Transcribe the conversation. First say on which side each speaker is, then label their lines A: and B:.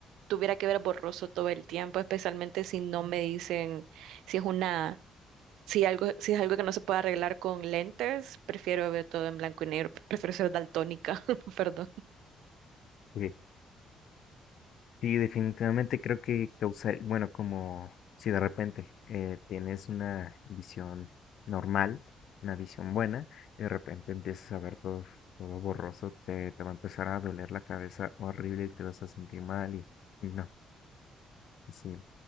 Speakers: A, on the right; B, on the left.
A: tuviera que ver borroso todo el tiempo, especialmente si no me dicen si es una, si algo, si es algo que no se puede arreglar con lentes, prefiero ver todo en blanco y negro, prefiero ser daltónica, <laughs> perdón.
B: <laughs> Sí, definitivamente creo que causar, bueno, como si de repente eh, tienes una visión normal, una visión buena, y de repente empiezas a ver todo, todo borroso, te, te va a empezar a doler la cabeza horrible y te vas a sentir mal y, y no, sí,